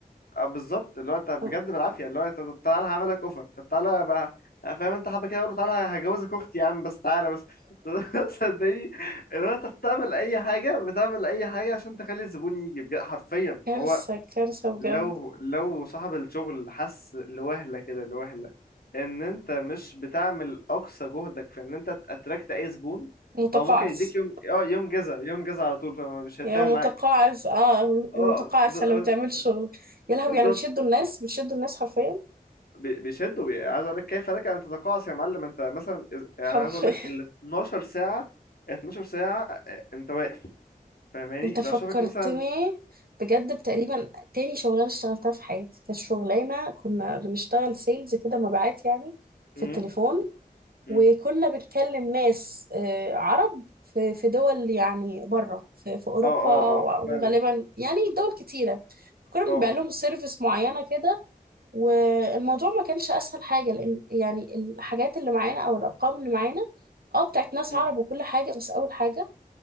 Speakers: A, on the left; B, on the right.
A: اه بالظبط اللي هو انت بجد
B: <laughs>
A: بالعافيه اللي هو انت طب تعالى هعمل لك اوفر طب تعالى بقى آه، فاهم انت حابه كده اقول له تعالى هجوزك اختي يا عم بس تعالى بس <laughs> صدقني اللي هو انت بتعمل اي حاجه بتعمل اي حاجه عشان تخلي الزبون يجي بجد حرفيا
B: كارثة
A: هو
B: كارثة بجد
A: لو لو صاحب الشغل حس لوهله كده لوهله ان انت مش بتعمل اقصى جهدك في ان انت تاتراكت اي زبون
B: متقاعس
A: هو ممكن يديك يوم اه يوم جزا يوم جزا على طول فمش هيتفاهم
B: يا متقاعس
A: معاك
B: اه
A: اه
B: يا متقاعس
A: بت-
B: اللي ما بتعملش شغلك يا لهوي
A: بالظبط
B: يعني بتشدوا الناس بتشدوا الناس حرفيا
A: بي- بيشدوا بي... عايز اقول لك كيف لك ان تتقاعس يا معلم انت مثلا إز- يعني
B: حرفيا
A: عايز اقول لك ال 12 ساعه 12 ساعه آه، انت واقف
B: <laughs>
A: فاهماني
B: انت فكرتني
A: لو شافك مثلا
B: بجد بتقريبا تاني شغلانه اشتغلتها في حياتي كانت شغلانه كنا بنشتغل سيلز كده مبيعات يعني في
A: امم
B: التليفون
A: امم
B: وكنا بنكلم ناس آه، عرب في في دول يعني بره في, في اوروبا
A: اه اه
B: و-
A: اه فاهمك
B: وغالبا يعني دول كتيره كنا بنبيع
A: اه
B: لهم سيرفيس معينه كده والموضوع ما كانش اسهل حاجه لان يعني الحاجات اللي معانا او الارقام اللي معانا اه بتاعت ناس
A: امم
B: عرب وكل حاجه بس اول حاجه